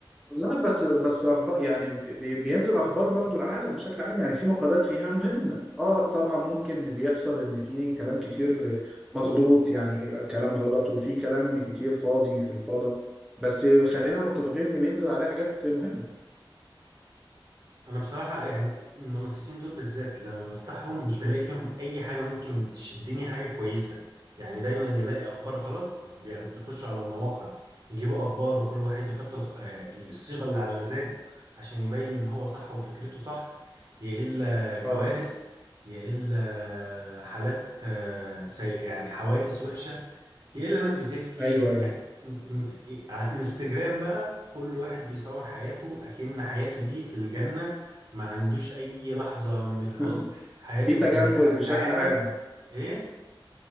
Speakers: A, in the centre; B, on the right.
A: لا بس بس اخبار يعني بي- بي- بينزل اخبار برضو العالم بشكل عام يعني في مقالات فيها مهمة اه طبعا ممكن بيحصل ان في كلام كتير مغلوط يعني كلام غلط وفي كلام كتير فاضي في الفضاء بس خلينا متفقين ان بينزل عليها حاجات مهمة
B: انا بصراحة يعني المنصتين دول بالذات لما بفتحهم مش بلاقي فيهم اي حاجة ممكن تشدني حاجة كويسة يعني دايما يلاقي اخبار غلط يعني بياخد- بيخشوا على المواقع يجيبوا اخبار وكل واحد يحط الخ... آه، الصيغة اللي على مزاجه عشان يبين ان هو صح وفكرته صح يا الا كوارث
A: اه
B: يا الا حالات آه، سيئة يعني حوادث وحشة يلا الناس بتفتي
A: ايوه ايوه
B: يعني م- م- على انستجرام بقى كل واحد بيصور حياته أكن حياته دي في الجنة ما عندوش أي لحظة من الحزن
A: <laughs>
B: حياته
A: في تجمل
B: في منتهى السعادة
A: بشكل عام
B: إيه